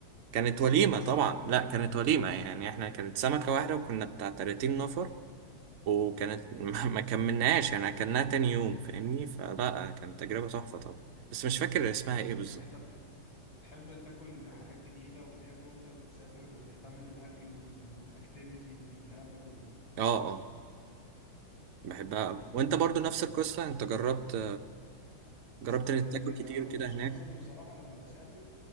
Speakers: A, on the right; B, on the left.
A: كانت وليمه طبعا لا كانت وليمه يعني احنا كانت سمكه واحده وكنا بتاع 30 نفر وكانت <laughs> ما ما كملناهاش يعني اكلناها تاني يوم فاهمني فلا كانت تجربه تحفه طبعا بس مش فاكر اسمها ايه بالظبط
B: يعني انت بتح- بتحب تاكل حاجات جديدة وبتحب وانت بتسافر تهتم بالاكل وال- والاكتيفيتي والكلام ده كله
A: اه اه بحبها
B: جامد
A: قوي
B: جدا
A: وانت برضو نفس
B: جامد.
A: القصة انت جربت جربت انك
B: آه،
A: تاكل كتير
B: انا من
A: كده
B: الاشخاص
A: هناك
B: اللي بصراحة لما بسافر